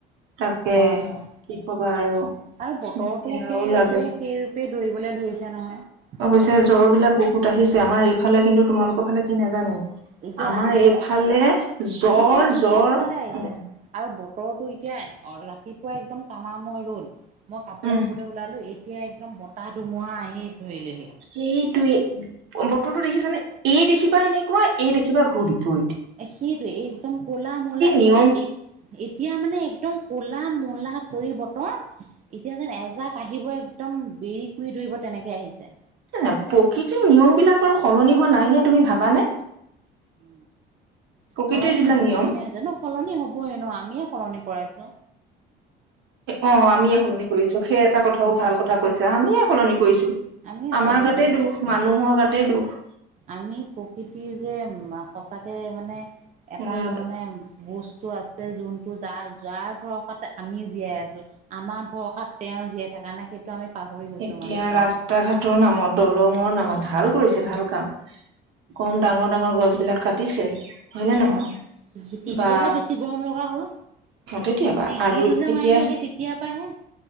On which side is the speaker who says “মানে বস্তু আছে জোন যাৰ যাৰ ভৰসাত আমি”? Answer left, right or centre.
Right